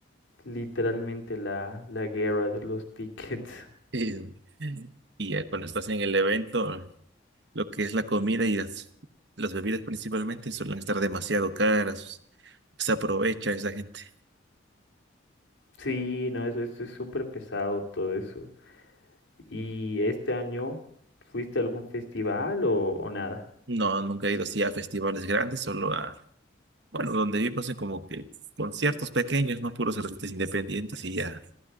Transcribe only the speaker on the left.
literalmente la, la guerra de los tickets. <laughs>
Sí, no, eso, eso es súper pesado todo eso. ¿Y este año fuiste a algún festival o, o nada?